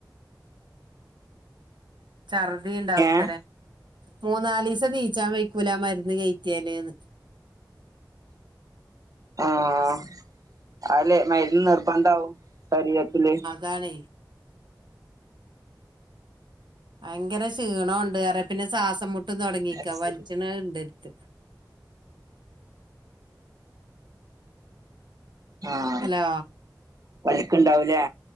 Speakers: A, on the right; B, on the right.
A: ഛർദി ഇണ്ടാവുത്തരെ
B: ഏഹ്
A: മൂന്നാലിസം നീച്ചാൻ വെയ്ക്കൂല ആ മര്ന്ന് കേറ്റിയാല്ന്ന്
B: ആഹ് അഹ് ല്ലെ മര്ന്ന് നിർബന്ധവും ശരീരത്ത്ല്
A: അതാണെയ് ഭയങ്കര ക്ഷീണോണ്ട് അറ്യ പിന്നെ ശ്വാസം മുട്ടും തൊടങ്ങിക്കാ
B: അത് ശരി
A: വലിച്ച്ണഹ് ഇണ്ട് എര്ത്ത്
B: ആഹ്
A: അലോ
B: വലിക്ക്ണ്ടാവുല്ലേ